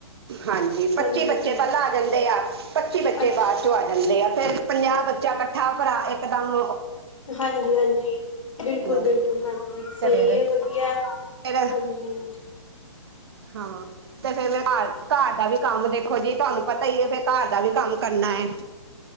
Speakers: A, on the right (about 50°); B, on the left (about 75°).
A: ਹਾਂਜੀ, ਪੱਚੀ
B: ਹਾਂਜੀ-ਹਾਂਜੀ
A: ਬੱਚੇ ਪਹਿਲਾਂ ਆ ਜਾਂਦੇ ਆ। ਪੱਚੀ ਬੱਚੇ
B: ਅੱਛਾ
A: ਬਾਅਦ ਚੋ ਆ ਜਾਂਦੇ ਆ ਫੇਰ ਪੰਜਾਹ ਬੱਚਾ ਇਕੱਠਾ ਭਰਾ ਇਕਦਮ
B: ਉਹ ਹਾਂਜੀ-ਹਾਂਜੀ। ਬਿਲਕੁਲ-ਬਿਲਕੁਲ,
A: ਮੈਨੂੰ
B: ਹਾਂਜੀ ਸਹੀ
A: ਤੇ ਫੇਰ
B: ਹੈ ਵਧੀਆ
A: ਫੇਰ
B: ਹਾਂਜੀ।
A: ਹਾਂ, ਤੇ ਫੇਰ ਮੈਂ ਘਰ-ਘਰ ਦਾ ਵੀ ਕੰਮ ਦੇਖ ਖੂਦ ਹੀ, ਤੁਹਾਨੂੰ ਪਤਾ ਹੀ ਹੈ ਫਿਰ ਘਰ ਦਾ ਵੀ ਕੰਮ ਕਰਨਾ ਹੈ।